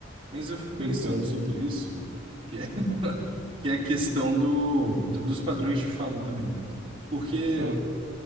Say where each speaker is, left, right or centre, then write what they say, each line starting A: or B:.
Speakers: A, on the right; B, on the right.
A: Mas eu fico pensando
B: Coitado,
A: sobre
B: velho.
A: isso, que é, que é a questão do, do- dos padrões de fala também. Porque
B: Ah.